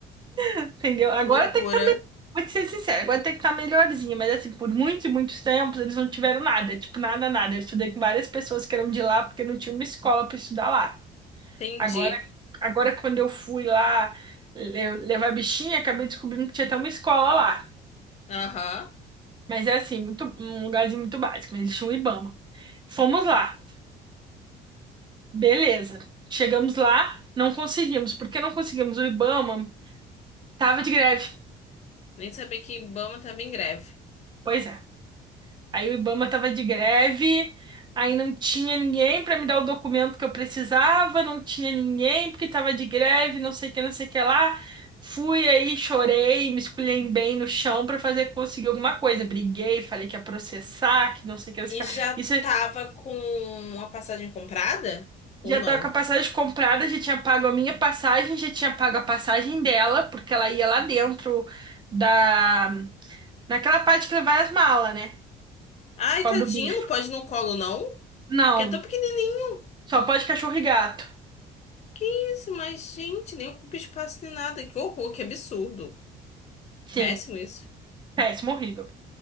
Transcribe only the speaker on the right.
Entendeu? Agora
tem que tá melhor. Vou te ser sincera, agora tem que tá melhorzinho, mas assim, por muitos e muitos tempos eles não tiveram nada, tipo, nada, nada. Eu estudei com várias pessoas que eram de lá porque não tinha uma escola pra estudar lá.
Agora, agora quando eu fui lá le- levar a bichinha, acabei descobrindo que tinha até uma escola lá.
Mas é assim, muito, um lugarzinho muito básico, mas eles tinham um Ibama. Fomos lá, beleza. Chegamos lá, não conseguimos. porque não conseguimos? O Ibama tava de greve.
Pois é. Aí o Ibama tava de greve, aí não tinha ninguém para me dar o documento que eu precisava, não tinha ninguém porque tava de greve, não sei o que, não sei o que lá. Fui aí, chorei, me esculhambei no chão para fazer conseguir alguma coisa. Briguei, falei que ia processar, que não sei o que, não sei
o que. lá. Isso
já
tava com a passagem comprada, já tinha pago a minha passagem, já tinha pago a passagem dela, porque ela ia lá dentro da naquela parte que vai as malas, né?
Pobre
do bicho.
Não,
só pode cachorro e gato.
Sim,
péssimo, horrível.